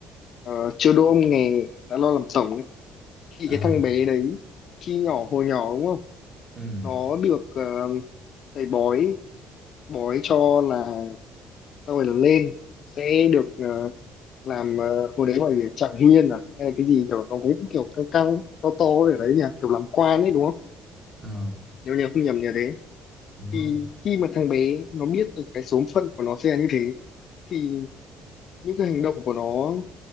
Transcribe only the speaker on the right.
à
ừ
ờ
đúng
rồi